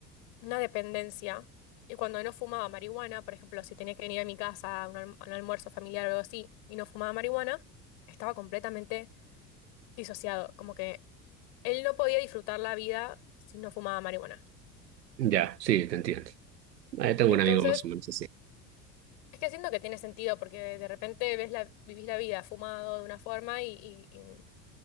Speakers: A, on the left (about 55°); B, on the right (about 75°).
A: una dependencia. Y cuando no fumaba marihuana, por ejemplo, si tenía que venir a mi casa a un, alm- a un almuerzo familiar o algo así, y no fumaba marihuana, estaba completamente disociado. Como que él no podía disfrutar la vida si no fumaba marihuana.
B: Ya, sí, te entiendo. Ahí tengo
A: Entonces,
B: un amigo más o menos
A: es que siento que tiene sentido, porque de repente ves la, vivís la vida fumado de una forma y, y- y